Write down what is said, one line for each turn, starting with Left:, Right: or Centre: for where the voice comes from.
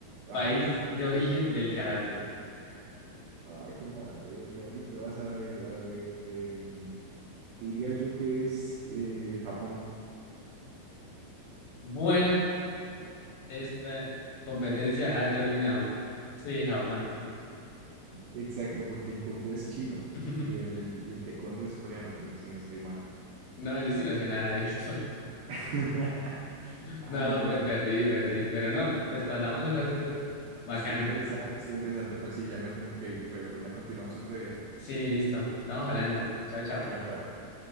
Right: Ay,
Left: País de origen del karate.
Right: ay, jue madre. No, yo qué vas a ver. A ver. Eh, Diría yo que es eh, Japón.
Left: Bueno, esta competencia ha terminado. Sí, Japón.
Right: Exacto, porque el Kung Fu es chino
Left: <laughs>
Right: y el, y el Taekwondo es coreano, creo, si no estoy mal.
Left: No, yo sí no sé nada de eso.
Right: <laughs> Ah,
Left: No,
Right: no, bueno.
Left: pues perdí, perdí, pero no, pues pasamos un ratico bacano.
Right: Estuvo interesante, estuvo interesante, pero sí, ya me tengo que ir, pero la continuamos otro día.
Left: Sí, listo, estamos hablando. Chao, chao.
Right: Chao, chao.